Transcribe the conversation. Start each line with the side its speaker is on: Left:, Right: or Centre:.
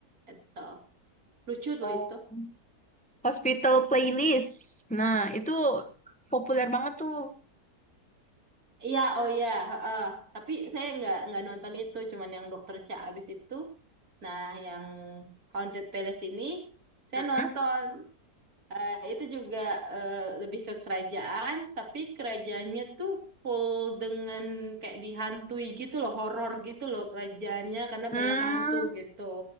Right: itu lucu
Centre: oh,
Right: loh itu.
Centre: Hospital Playlist. Nah, itu populer banget tuh.
Right: Iya, oh iya, heeh. Tapi saya nggak nggak nonton itu, cuman yang Dokter Cha abis itu. Nah, yang Haunted Palace ini saya
Centre: Mm-mm.
Right: nonton. Eh, itu juga eh, lebih ke kerajaan, tapi kerajaannya tuh full dengan kayak dihantui gitu loh, horor gitu loh kerajaannya karena
Centre: Hmm,
Right: banyak hantu gitu.